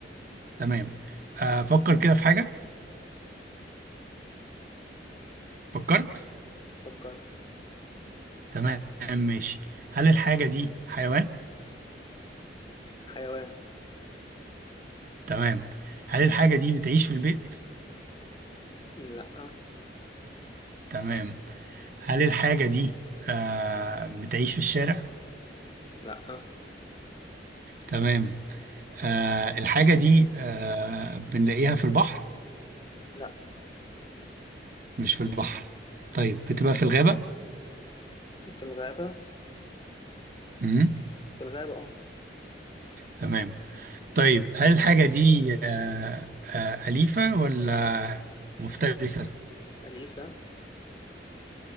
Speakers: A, on the right; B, on the left.
A: تمام آه، افكر كده في حاجة فكرت
B: فكرت
A: تمام ماشي هل الحاجة دي حيوان
B: حيوان
A: تمام هل الحاجة دي بتعيش في البيت
B: لا
A: تمام هل الحاجة دي آه بتعيش في الشارع
B: لا
A: تمام آه الحاجة دي آه بنلاقيها في البحر
B: لا
A: مش في البحر طيب بتبقى في الغابة
B: في الغابة
A: مم.
B: في الغابة اه
A: تمام طيب هل الحاجة دي آه آه أليفة ولا مفترسة
B: أليفة